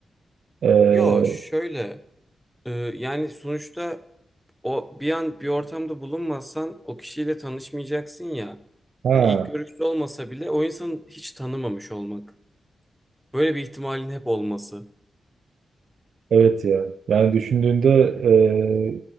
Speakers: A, on the right (about 75°); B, in the centre.
A: e,
B: Yo şöyle e, yani sonuçta o bir an bir ortamda bulunmazsan o kişiyle tanışmayacaksın ya.
A: ha
B: Hani ilk görüşte olmasa bile o insanı hiç tanımamış olmak. Böyle bir ihtimalin hep olması.
A: Evet ya. Yani düşündüğünde e,